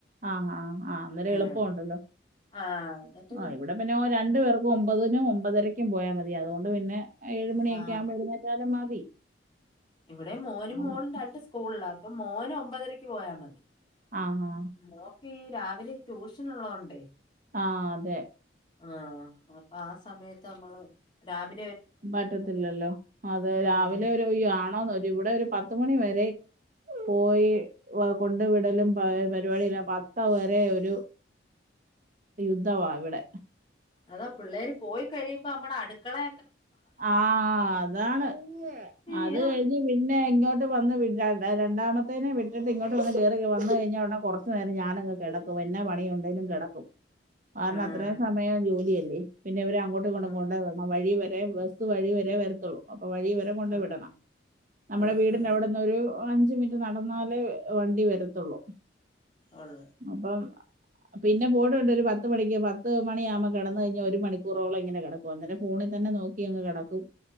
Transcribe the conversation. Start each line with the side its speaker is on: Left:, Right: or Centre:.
Right: ആ ആ ആ അന്നേരം
Left: ഉം
Right: എളുപ്പൊണ്ടല്ലോ
Left: ആഹ് എന്നിട്ട്
Right: ഓ ഇവിടെ പിന്നെ രണ്ടു പേർ ക്കു ഒമ്പതിനും ഒമ്പതരക്കും പോയാ മ അത്കൊണ്ട് പിന്നെ ഏഴ് മണിയൊക്കെ
Left: ആ
Right: ആകുമ്പോൾ എഴുന്നേറ്റാലും മതി
Left: ഇവിടെ മോനും
Right: നമ്മ-
Left: മോളും രണ്ട് സ്കൂൾളാ പ്പം മോന് ഒമ്പതരക്ക് പോയാ മതി
Right: ആ ആ
Left: മോക്കേ രാവിലെ ട്യൂഷനൊള്ളോണ്ടേ
Right: ആ അതെ
Left: ആ അപ്പാ ആ സമയത്ത് നമ്മള് രാവി
Right: പറ്റത്തില്ലല്ലോ അതെ
Left: ഉം
Right: രാവിലെ ഒരു യാ ഒരു ഇവിടെ ഒരു പത്തുമണി വരെ പോയി വ കൊണ്ട് വിടലും പ പരിപാടില്ല പത്ത് വരെ ഒരു യുദ്ധമാ ഇവിടെ
Left: അതാ പിള്ളേര് പോയി കഴിയുമ്പോ നമ്മടെ അട് കളെ
Right: ആഹ് അതാണ്
Left: അയ്യോ
Right: അത് കഴിഞ്ഞ് പിന്നെ ഇങ്ങോട്ട് വന്ന് വി രണ്ടാമത്തേനെ വിട്ടിട്ട് ഇങ്ങോട്ട് വന്ന് കേറി വന്ന് കഴിഞ്ഞ ഒട കൊർച്ചു നേരം ഞാനങ്ങ് കെടക്കും. എന്നാ പണിയുണ്ടേലും കെടക്കും. കാരണം
Left: ആഹ്
Right: അത്രയും സമയം ജോലിയ പിന്നെ ഇവരെ അങ്ങോട്ടുംഇങ്ങോട്ടും
Left: ആഹ്
Right: കൊണ്ടോ വരണം വഴി വ <unintelligible> സ് വഴി വരെ വരത്തുള്ളൂ അ പ്പൊ വഴി വരെ കൊണ്ട്
Left: ആഹ്
Right: വിടണം നമ്മുടെ
Left: ആഹ്
Right: വീടിന്റെ
Left: ആഹ്
Right: അവിടന്ന് ഒരു അഞ്ച് മിനിറ്റ് നട ന്നാലേ വണ്ടി വരത്തുള്ളൂ
Left: ഒള്ള്
Right: അപ്പം പിന്നെ പോടുണ്ട് ഒരു പത്ത് മണിക്ക് പത്ത് മണിയാമ്പോ കെടന്ന് കഴിഞ്ഞാ ഒരു മണികൂറോളങ്ങനെകെടക്കും അന്നേരം ഫോണിൽ തന്നെ നോ ക്കി അങ് കെടക്കും